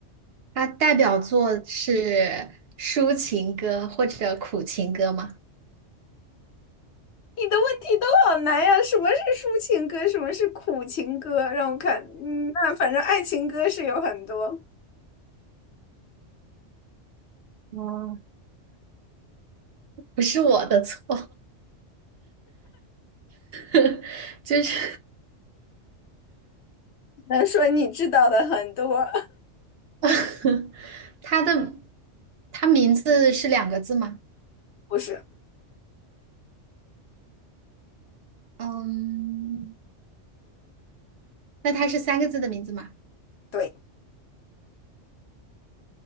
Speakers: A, on the right; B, on the left.
A: 他代表作是抒情歌或者苦情歌吗？
B: 你的问题都好难呀，什么是抒情歌，什么是苦情歌？让我看，嗯，那反正爱情歌是有很多，
A: 哦，不是我的错，<laughs> 就是
B: 能说你知道的很多，
A: <laughs> 他的他名字是两个字吗？
B: <laughs> 不是。
A: 嗯，那他是三个字的名字吗？
B: 对。